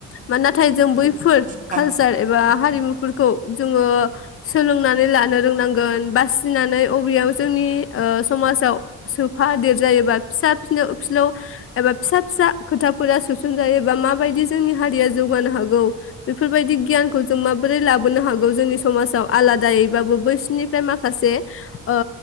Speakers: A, on the left; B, on the right.
A: मानोना नाथाय जों बैफोर
B: औ हायो नोंथां
A: कालचार एबा हारिमुफोरखौ जोङो सोलोंनानै लानो रोंनांगोन बासिनानै अबेयाव जोंनि समाजाव सोफा देर जायोबा फिसा फि फिलौव एबा फिसा फिसा खोथाफोरा सोसनजायोबा माबायदि जोंनि हारिया जौगानो हागौ बेफोरबायदि गियानखौ जों माबोरै लाबोनो हागौ जोंनि समाजाव आलादायैबाबो बैसोरनिफ्राय माखासे ओ